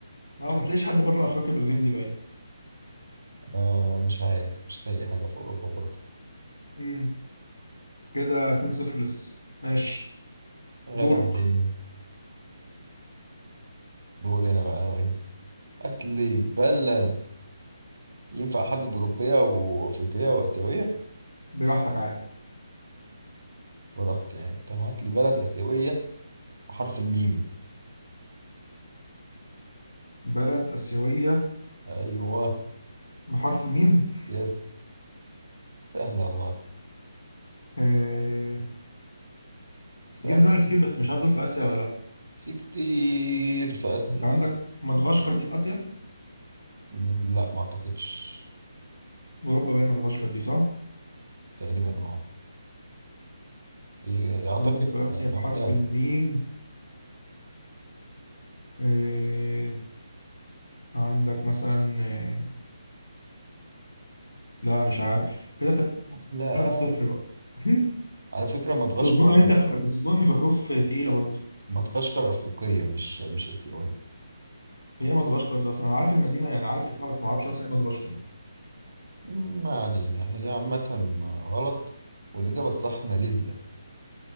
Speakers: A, on the left; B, on the right.
A: اه ما تلاقيش حد بره افريقيا بالجندي باين
B: آه مش عارف مش لاقي حاجة في أوروبا برضه
A: امم كده 2-0 لسه ماشي
B: غانا
A: دورك
B: مليانة دوري أنا بقى يا ريس هات لي بلد ينفع أحدد أوروبية وأفريقية وآسيوية
A: براحتك عادي
B: ورحت يعني طب هات لي بلد آسيوية بحرف الميم
A: بلد آسيوية
B: أيوه
A: بحرف الميم
B: يس سهلة الله
A: آه...
B: سهلة
A: جه في دماغي
B: دي.
A: كتير بس مش عارف دول في آسيا ولا لأ
B: في كتير في آسيا
A: أنت عندك مدغشقر دي في آسيا
B: مم، لا ما أعتقدش
A: أوروبا باين مدغشقر دي صح
B: تقريبا أه هي- أعتقد
A: مدن في آسيا
B: لوحدها
A: بحرف الميم
B: كده.
A: آه... عندك مثلا آه... لا مش عارف كده
B: سهلة
A: 3-0
B: أوي
A: بقى <laughs>
B: على فكرة مدغشقر
A: تظنني أنت في... بتظنني في حروف تقيلة برضه
B: مدغشقر أفريقية مش مش آسيوية
A: هي مدغشقر ده أصلا أنا عارف المدينة يعني عارف اسمها بس ما أعرفش أصلا إيه مدغشقر
B: مم، ما علينا هي عامة غلط والإجابة الصح ماليزيا